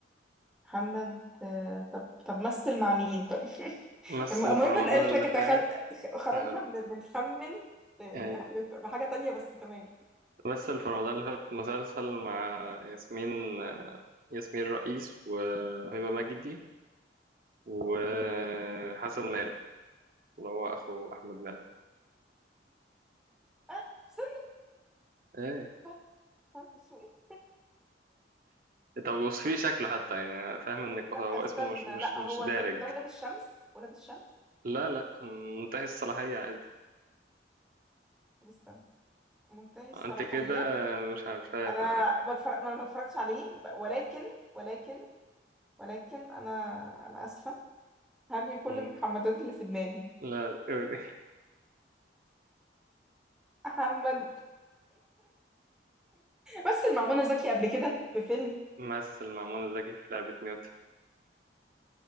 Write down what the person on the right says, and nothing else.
مثل
في رمضان
اللي
فات
هقول-
يعني
مثل في رمضان اللي فات مسلسل مع ياسمين ياسمين رئيس وهبة مجدي وحسن مالك اللي هو أخو أحمد مالك
إيه
طب وصفيه شكله حتى يعني فاهم إنك
هو
اسمه مش
مش مش
دارج
لا لا منتهي الصلاحية عادي
أنت كده مش عارفاه
ف
مم.
لا لا،
مثل مع منى زكي في لعبة نيوتن